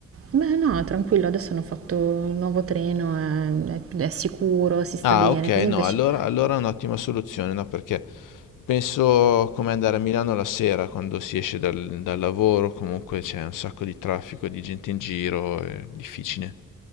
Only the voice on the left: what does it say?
Ah,
ok,
no, allora, allora è un'ottima soluzione, no? Perché penso come andare a Milano la sera quando si esce dal, dal lavoro, comunque c'è un sacco di traffico, di gente in giro, è difficile.